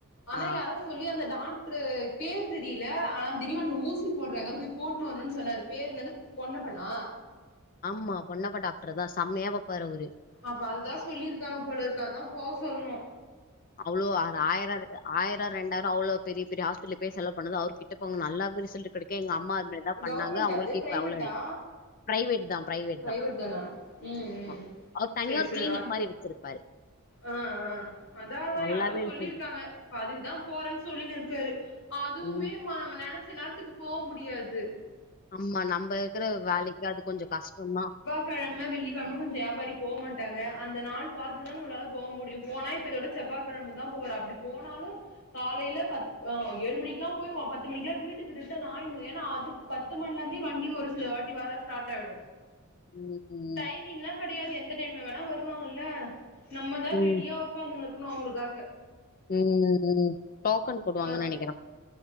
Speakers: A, on the left (about 65°); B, on the left (about 40°).
A: ஆனா
B: ஆ
A: யாரோ சொல்லி அந்த டாக் டரு பேர் தெரியல ஆனா திடீவென ஊசி போடறாங்க போய் போட்னுவரனுன்னு சொன்னாரு பேர் என்னது பொன்னப்பானா
B: ஆமா பொன்னப்ப டாக்டர் தா செம்மையா பாப்பாரு அவரு
A: அப்ப அதுதா சொல்லிருக்காங்க போலருக்கு அதா போ சொல்ணு
B: அவ்ளோ ஆர் ஆயரோ இருக்க ஆயரோ ரெண்டாரோ அவ்ளோ பெரிய பெரிய ஹாஸ்பெட்டல பேயி செலவு பண்ணது அவுரு கிட்ட போனோ நல்லா இப்ப ரிசல்ட்டு கெடைக்கு க்கே எங்க அம்மா அது மேரிதா பண்ணாங்க
A: கவர்மெண்டா
B: அவுங்குளுக்கு
A: அது பிரைவேட்டா
B: இப்ப அவ்ள இல்ல ப்ரைவேட் தா ப்ரைவேட்
A: பிரைவேட்
B: தா
A: தானா ம்
B: ஆமா
A: ம்
B: அவுரு தனியா
A: சேரி
B: ஒரு
A: சேரி
B: கிளீினிக்
A: அ
B: மாரி வச்சிருப்பாரு
A: ஆ ஆ அதா அதா
B: நல்லாவே
A: யாரோ சொல்லிருக்காங்க
B: ரிசல்ட்
A: இப்ப அதுக்குதா போறன் சொல்லினு இருக்காரு அதுவுமேமா
B: ம்
A: நம்ம நெனைச்ச நேரத்துக்கு போ முடியாது
B: ஆமா நம்ம இருக்குற வேலைக்கு அது கொஞ்சோ கஷ்டந்தா
A: கெழம வெள்ளிக்கெழம கொஞ்சோ யாபாரி போ மாட்டாங்க அந்த நாள் பாத்து தா நம்மளால போ முடியு போனா இப்ப இதோட செவ்வா கெழம தா போவாரு அப்டி போனாலு காலைல பத் ஆ ஏழு மணிக்குலா போயிவோ பத்து மணிக்குலா வீட்டுக்கு ரிட்டன் ஆயின்னு ஏனா அது பத்து மண்லேந்தே வண்டி ஒரு சில வாட்டி வர ஸ்டார்ட் ஆயிடு
B: ம் ம்
A: டைமிங்லா கெடையாது எந்த டைம்ல வேணா வருவாங்கல்ல நம்மதா
B: ம்
A: ரெடியா உக்காந்துன்னு இருக்குணு அவுங்குளுக்காக
B: ம் ம் டோக்கன் போடுவாங்கன்
A: ஆ
B: நெனைக்குறே